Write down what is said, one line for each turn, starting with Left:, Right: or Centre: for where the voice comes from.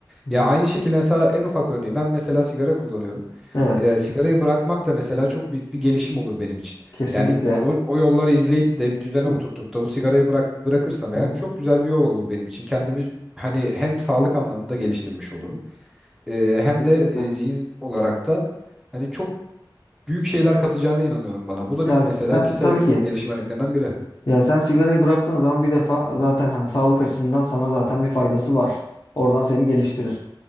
Left: hı.
Centre: Ya aynı şekilde mesela en ufak örneği ben mesela sigara kullanıyorum.
Left: Evet.
Centre: E, sigarayı bırakmak da mesela çok büyük bir gelişim olur benim için.
Left: Kesinlikle.
Centre: Yani o, o yolları izleyip de bir düzene
Left: Hı
Centre: oturtup da bu sigarayı bırak bırakırsam eğer
Left: hı.
Centre: çok güzel bir yol olur benim için. Kendimi hani hem sağlık anlamında geliştirmiş olurum. Ee, hem
Left: Kesinlikle.
Centre: de e, zihin olarak da hani çok büyük şeyler katacağına inanıyorum bana. Bu da
Left: Ya
Centre: bir mesela
Left: sen
Centre: kişisel
Left: tabii
Centre: ö-
Left: ki
Centre: gelişim örneklerinden biri.
Left: Ya sen sigarayı bıraktığın zaman bir defa zaten hani sağlık açısından sana zaten bir faydası var. Oradan seni geliştirir.